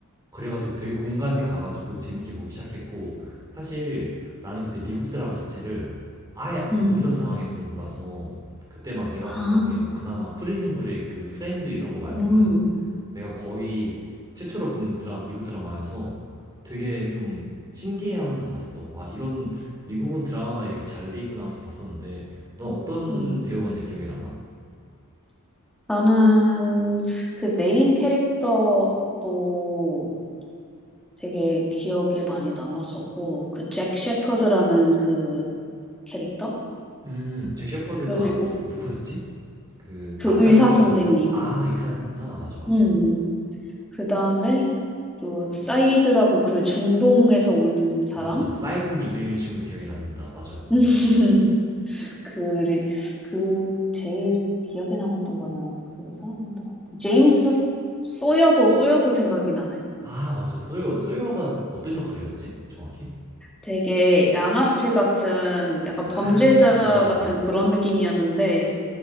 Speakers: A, on the right; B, in the centre.
A: 그래가지고 되게 공감이 가가지고 재밌게 보기 시작했고 사실 나는 그때 미국 드라마 자체를 아예
B: 음.
A: 모르던 상황에서 본 거라서 그때 막 내가
B: 아,
A: 봤던 게 뭐 그나마 프리즌 브레이크, 프렌즈 이런 거 말고는
B: 음,
A: 내가 거의 최초로 본 드라, 미국 드라마여서 되게 좀 신기해하면서 봤어. 와 이런 미국은 드라마가 이렇게 잘 돼 있구나 하면서 봤었는데 넌 어떤
B: 음.
A: 배우가 제일 기억에 남아?
B: 나는 그 메인 캐릭터도 되게 기억에 많이 남았었고, 그 잭 셰퍼드라는 그 캐릭터?
A: 음, 잭 셰퍼드가
B: 그리고
A: 누구였지? 그
B: 그
A: 악당
B: 의사
A: 같은
B: 선생님.
A: 아 의사였구나. 맞아, 맞아.
B: 음, 그 다음에 그리고 사이드라고 그 중동에서 온 사람?
A: 맞아. 사이드는 이름이 지금도 기억이 남는다. 맞아. 어.
B: <laughs> 그, 그 제일 기억에 남았던 거는 그 사람이었던 것 같아. 제임스 소여도 소여도 생각이 나네.
A: 아, 맞아. 소요, 소요가 어떤 역할이었지? 정확히?
B: 되게 양아치 같은 약간
A: 아,
B: 범죄자
A: 맞아.
B: 같은 그런 느낌이었는데